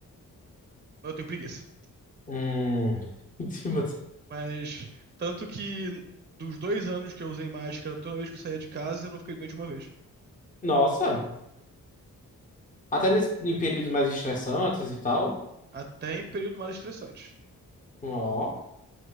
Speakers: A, on the right; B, on the left.
A: Eu tenho preguiça.
B: Hum. <laughs> Entendi, mas-
A: Mas, tanto que dos dois anos que eu usei máscara, toda vez que eu saía de casa, eu não fiquei doente uma vez.
B: Nossa. Até nesse- em períodos mais estressantes e tal.
A: Até em período mais estressante.
B: Ó.